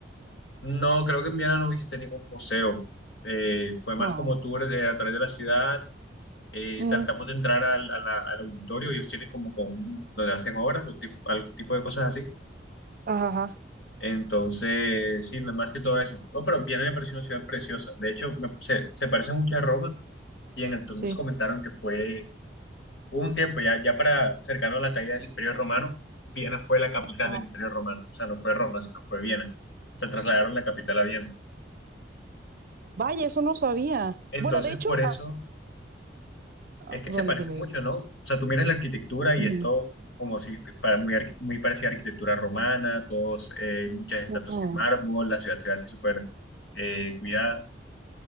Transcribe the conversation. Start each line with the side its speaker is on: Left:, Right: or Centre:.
Left: No, creo que en Viena no visité ningún museo. Eh, fue más
Right: Oh.
Left: como tour de- a través de la ciudad eh,
Right: Mm,
Left: tratamos de entrar al, a la- al auditorio, ellos tienen como con un- donde hacen obras, un tip- algún tipo de cosas así.
Right: ajá, ajá,
Left: Entonces, sí, no más que todo eso. Bueno, pero Viena me pareció una ciudad preciosa. De hecho, me- se, se parece mucho a Roma y en el tour
Right: sí.
Left: nos comentaron que fue hubo un tiempo ya, ya para cercano a la caída del Imperio Romano, Viena fue la capital
Right: Ajá.
Left: del Imperio Romano. O sea, no fue Roma, sino fue Viena. Se trasladaron la capital a Viena.
Right: Vaya, eso no sabía.
Left: Entonces,
Right: Bueno, de hecho,
Left: por eso
Right: ah, ah,
Left: Es que
Right: bueno,
Left: se parece
Right: dime,
Left: mucho,
Right: dime.
Left: ¿no? O sea, tú miras la arquitectura y
Right: mm,
Left: es todo como si para muy, arqui- muy parecida a arquitectura romana, todos, eh, muchas estatuas
Right: No.
Left: en mármol, la ciudad se ve así súper eh, cuidada.